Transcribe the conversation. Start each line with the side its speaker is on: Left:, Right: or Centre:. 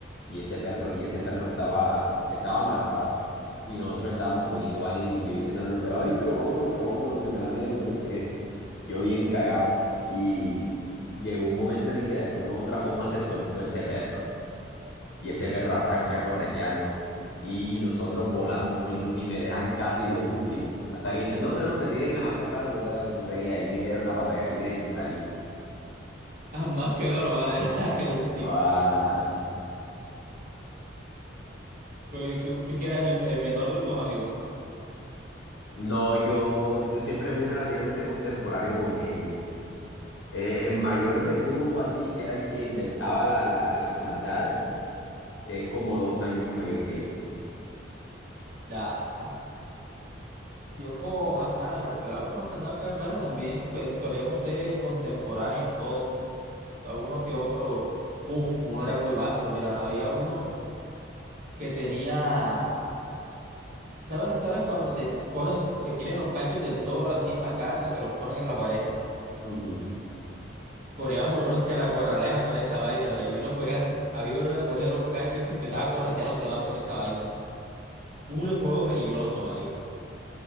Left: Y ese perro, y ese perro estaba, estaba amarrado. Y nosotros estábamos cogiendo vaina y yo diciéndole a los pelados, ay, pero vámonos, pero vámonos, que me da miedo, que no sé qué. Yo bien cagado. Y llegó un momento en el que de alguna u otra forma se soltó ese perro. Y ese perro arranca a corretearnos. Y, y nosotros volándonos y, no- y me dejan casi de último. Hasta que dicen, no, hombre, no, me tiren a Jafé rápido, dale, no sé qué. Y ahí me hicieron la pata de gallina y me salí.
Right: Ah, Más cagado lo van a dejar el último.
Left: Ah,
Right: Pero ¿y tú, tú que eras el, el menor de tus amigos.
Left: no, yo, yo siempre fui relativamente contemporáneo con ellos. Eh, el mayor del grupo así, que era el que inventaba la, la- las maldades, es como dos años mayor que yo.
Right: Da. Yo con, ajá, los pelados con los que andaba acá en el barrio también, pues solíamos ser contemporáneos todos. O sea, uno que otro, uff, uno era muy vasto. Mira, había uno que tenía, ¿sabes? ¿Sabes cuando te cogen, eh, tienen los cachos del toro así en la casa que los ponen en la pared?
Left: Ujú.
Right: Poníamos uno en que la corraleja con esa vaina, pero y uno cogía, había uno que cogía los cachos y se empezaba a corretear a los demás con esa vaina. Un juego peligroso, marica.